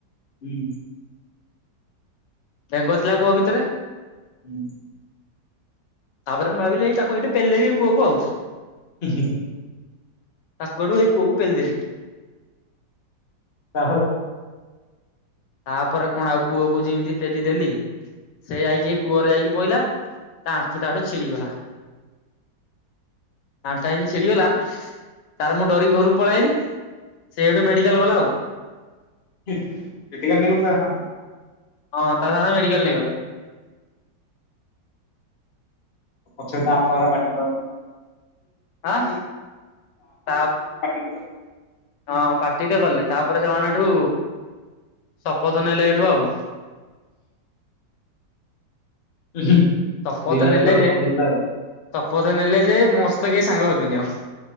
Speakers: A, on the left (about 50°); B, on the left (about 80°).
A: ହୁଁ
B: ବେଙ୍ଗ ଥିଲା କୁଅ ଭିତରେ
A: ହୁଁ।
B: ତାପରେ ମୁଁ ଭାବିଲି ତାକୁ ଏଠି ପେଲିଦେବି କୁଅକୁ ଆଉ
A: ହୁଁ ହୁଁ
B: ତାକୁ ଏଠୁ ଏଇ କୁଅକୁ ପେଲିଦେଲି-
A: ତାପରେ
B: ତାପରେ କଣ ଆଉ କୂଅକୁ ଯେମିତି ପେଲି ଦେଲି ସେ ଯାଇକି କୂଅରେ ଯାଇକି ପଇଲା ତା ଆଣ୍ଠୁ ଟା ସେଠୁ ଛିଡିଗଲା ଆଣ୍ଠା ଏମତି ଛିଡିଗଲା ତାର ମୁଁ ଡରି ଘରୁକୁ ପଳେଇଲି ସେ ସେଠୁ ମେଡିକାଲ ଗଲା ଆଉ।
A: <unintelligible>
B: ହଁ ତା ସାଙ୍ଗ ମେଡିକାଲ ନେଇ ଗଲେ
A: ପଛରେ ତା ଵାପା ଗରା ପାଟି
B: ଆଁ ତା
A: <unintelligible>
B: ହଁ ପାାଟିତ କଲେ ତାପରେ ସେମାନେ ସେଠୁ ଶପଥ ନେଲେ ଏଠୁ ଆଉ
A: ଦି
B: ଶପଥ
A: ଭାଇ
B: ନେଲେ
A: ଯାକ ଶପଥ
B: ଯେ
A: ନେଲା ଆଉ।
B: ଶପଥ ନେଲେ ଯେ ମୋ ସହିତ କିଏ ସାଙ୍ଗ ହେବେନି ଆଉ।